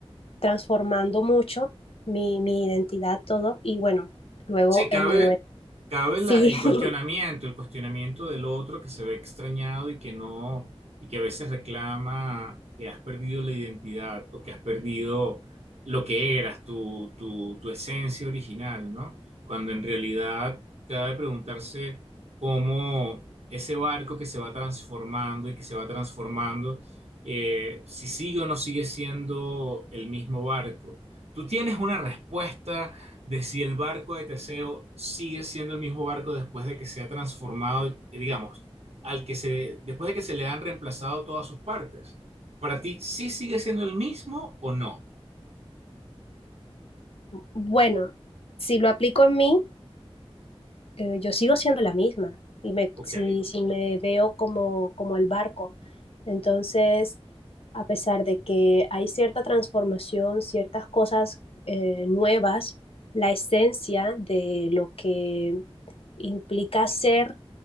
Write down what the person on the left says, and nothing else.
transformando mucho mi, mi, identidad, todo, y bueno, luego
en Noruega.
Sí,
<laughs>
bueno, si lo aplico en mí, eh, yo sigo siendo la misma y me,
si, si me veo como, como el barco. Entonces, a pesar de que hay cierta transformación, ciertas cosas eh, nuevas, la esencia de lo que implica ser